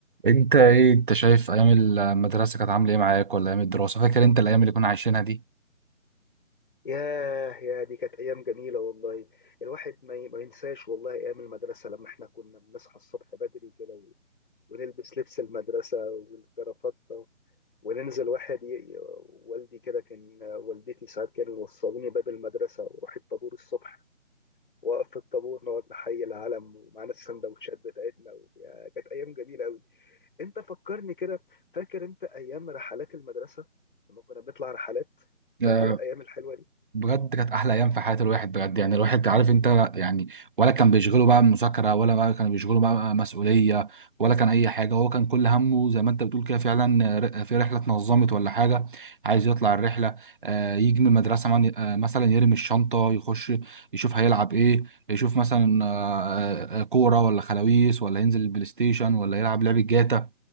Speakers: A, on the right (about 40°); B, on the left (about 40°).
A: انت ايه انت شايف ايام المدرسه كانت عامله ايه معاك ولا ايام الدراسه فاكر انت الايام اللي كنا عايشينها دي
B: ياه يا دي كانت أيام جميلة والله الواحد ما ي- ما ينساش والله أيام المدرسة لما إحنا كنا بنصحى الصبح بدري كده و- ونلبس لبس المدرسة والكرافتة وننزل واحد ي... ي- والدي كده كان والدتي ساعات كانوا يوصلوني باب المدرسة وأروح الطابور الصبح وأقف في الطابور نقعد نحيي العلم ومعانا السندوتشات بتاعتنا و... يا كانت أيام جميلة أوي أنت فكرني كده فاكر أنت أيام رحلات المدرسة لما كنا بنطلع رحلات فاكر
A: أيوة.
B: الأيام الحلوة دي؟
A: بجد كانت احلى ايام في حياه الواحد بجد يعني الواحد عارف انت يعني ولا كان بيشغله بقى مذاكره ولا بقى كان بيشغله بقى مسؤوليه ولا كان اي حاجه هو كان كل همه زي ما انت بتقول كده فعلا ر- في رحله اتنظمت ولا حاجه عايز يطلع الرحله آه، يجي من المدرسه من- آه، مثلا يرمي الشنطه يخش يشوف هيلعب ايه يشوف مثلا آه، آه، كوره ولا خلاويص ولا ينزل البلاي ستيشن ولا يلعب لعبه جاتا